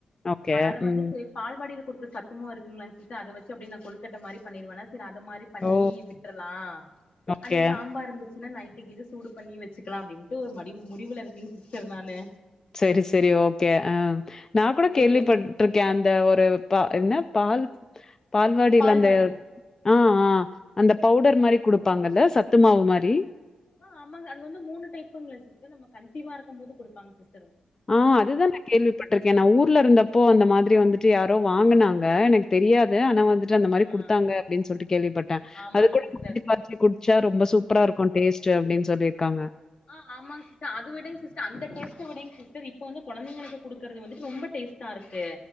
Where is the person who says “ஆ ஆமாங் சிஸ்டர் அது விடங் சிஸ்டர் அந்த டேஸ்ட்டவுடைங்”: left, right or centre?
Left